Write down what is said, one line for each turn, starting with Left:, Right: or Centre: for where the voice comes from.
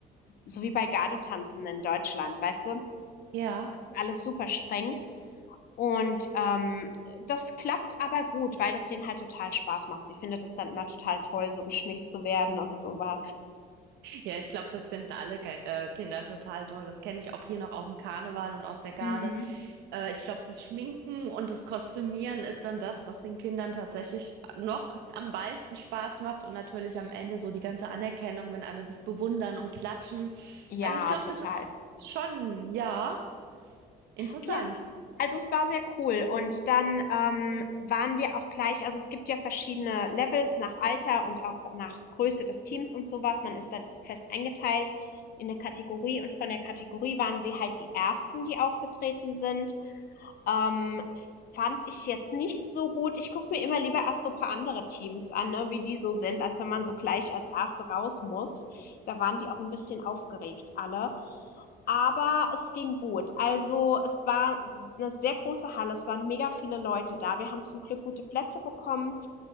Left: so wie bei Gardetanzen in Deutschland, weißt du?
Right: Ja,
Left: Das ist alles super streng. Und ähm, das klappt aber gut, weil das denen halt total Spaß macht. Sie findet es dann immer total toll, so geschminkt zu werden und sowas.
Right: ja, ich glaube, das finden alle Ge äh, Kinder total toll. Das kenne ich auch hier noch aus dem Karneval und aus der Garde.
Left: Mhm.
Right: Äh, ich glaube, das Schminken und das Kostümieren ist dann das, was den Kindern tatsächlich noch am meisten Spaß macht und natürlich am Ende so die ganze Anerkennung, wenn alle das bewundern und klatschen.
Left: Ja,
Right: Also ich glaube,
Left: total.
Right: das ist schon, ja, interessant.
Left: Ja, also es war sehr cool und dann, ähm, waren wir auch gleich also, es gibt ja verschiedene Levels nach Alter und auch nach Größe des Teams und sowas. Man ist da fest eingeteilt in eine Kategorie und von der Kategorie waren sie halt die Ersten, die aufgetreten sind. Ähm, fand ich jetzt nicht so gut. Ich gucke mir immer lieber erst so ein paar andere Teams an, ne, wie die so sind, als wenn man so gleich als Erste raus muss. Da waren die auch ein bisschen aufgeregt alle. Aber es ging gut. Also es war eine sehr große Halle, es waren mega viele Leute da. Wir haben zum Glück gute Plätze bekommen.